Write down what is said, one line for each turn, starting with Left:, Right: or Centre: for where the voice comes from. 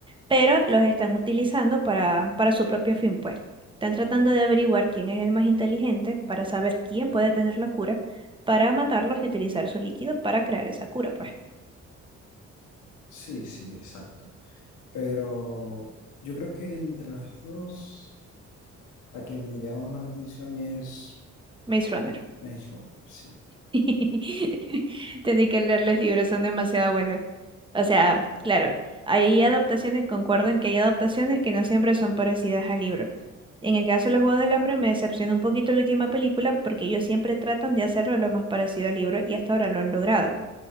Right: pero los están utilizando para, para su propio fin, pues. Están tratando de averiguar quién es el más inteligente para saber quién puede tener la cura, para matarlos y utilizar su líquido para crear esa cura, pues.
Left: sí, sí, exacto. Pero yo creo que entre las dos... La que me llama más la atención es
Right: Maze Runner.
Left: Maze Runner, sí.
Right: <laughs> Tendí que leer los libros, son demasiado buenos. O sea, claro, hay adaptaciones, concuerdo en que hay adaptaciones que no siempre son parecidas al libro. En el caso de los Juegos del Hambre me decepcionó un poquito la última película porque ellos siempre tratan de hacerlo lo más parecido al libro y hasta ahora lo han logrado.